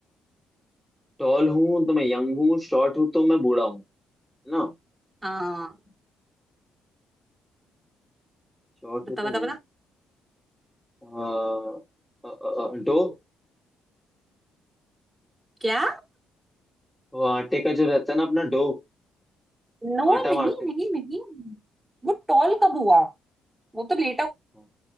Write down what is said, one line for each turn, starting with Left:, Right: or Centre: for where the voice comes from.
Centre: टॉल हूँ तो मैं यंग हूँ शॉर्ट हूँ तो मैं बूढ़ा हूँ है ना
Right: हाँ
Centre: शॉर्ट
Right: बता
Centre: होते
Right: बता
Centre: हैं
Right: बता
Centre: हाँ डो
Right: क्या
Centre: वो आटे का जो रहता है ना अपना डो
Right: नो
Centre: आटा
Right: नहीं
Centre: मारते
Right: नहीं
Centre: हैं
Right: नहीं वो टॉल कब हुआ वो तो लेटा हुआ
Centre: हाँ,